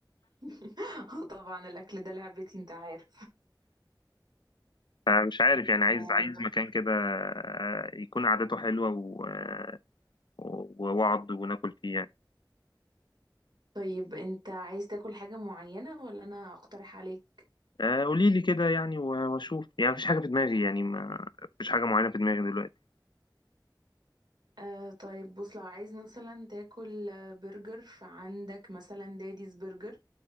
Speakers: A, on the right; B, on the left.
A: <laughs> طبعا الاكل ده لعبتي انت عارف
B: فمش عارف يعني عايز
A: آه.
B: عايز مكان كده آه، يكون قعدته حلوه و- آه، و- واقعد وناكل فيه يعني
A: طيب انت عايز تاكل حاجة معينة ولا انا اقترح عليك
B: آه، قولي لي كده يعني و- واشوف يعني مفيش حاجه في دماغي يعني ما- مفيش حاجه معينه في دماغي دلوقتي
A: آه طيب بص لو عايز مثلا تاكل آه، برجر فعندك مثلا داديز برجر